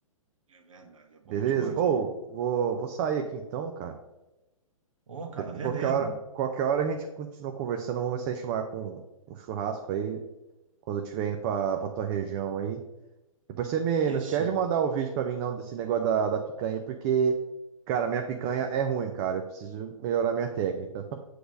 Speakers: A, on the right (about 65°); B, on the right (about 30°).
A: é verdade, é bom
B: Beleza?
A: demais
B: Ou,
A: mesmo.
B: vou, vou sair aqui então, cara.
A: Ô, cara,
B: Depois,
A: beleza.
B: qualquer hora, qualquer hora a gente continua conversando, vamos ver se a gente marca um, um churrasco aí. Quando eu estiver indo pra, pra tua região aí. Depois você me, não
A: Ixi,
B: esquece de mandar o vídeo pra mim, não, desse negócio da, da picanha, porque, cara, minha picanha é ruim, cara. Eu preciso melhorar minha técnica.